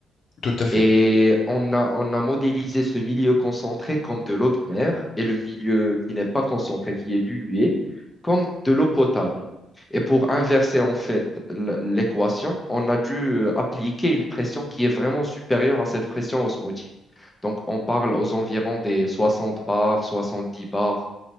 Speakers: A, on the left; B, on the left.
A: tout à fait.
B: Et on a, on a modélisé ce milieu concentré comme de l'eau de mer et le milieu qui n'est pas concentré, qui est dilué, comme de l'eau potable. Et pour inverser en fait l- l'équation, on a dû euh, appliquer une pression qui est vraiment supérieure à cette pression osmotique. Donc on parle aux environs des 60 bars, 70 bars.